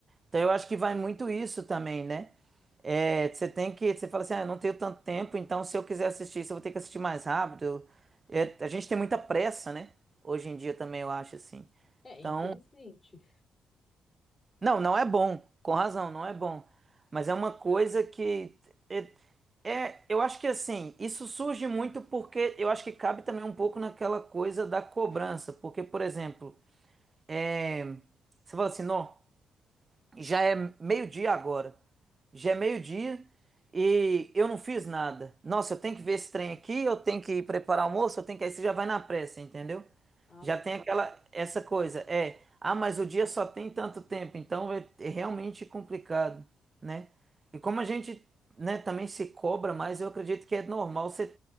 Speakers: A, on the right; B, on the left.
A: Então eu acho que vai muito isso também, né? É, você tem que, você fala assim, ah, eu não tenho tanto tempo, então se eu quiser assistir isso, eu vou ter que assistir mais rápido. É, a gente tem muita pressa, né? Hoje em dia também eu acho assim.
B: É,
A: Então
B: infelizmente.
A: não, não é bom, com razão, não é bom. Mas é uma coisa que é, é- eu acho que assim, isso surge muito porque eu acho que cabe também um pouco naquela coisa da cobrança, porque, por exemplo, é, você fala assim, não, já é meio-dia agora, já é meio-dia e eu não fiz nada. Nossa, eu tenho que ver esse trem aqui, eu tenho que ir preparar o almoço, eu tenho que aí você já vai na pressa, entendeu?
B: Ah,
A: Já
B: sim.
A: tem aquela essa coisa, é, ah, mas o dia só tem tanto tempo, então é, é realmente complicado, né? E como a gente, né, também se cobra mais, eu acredito que é normal você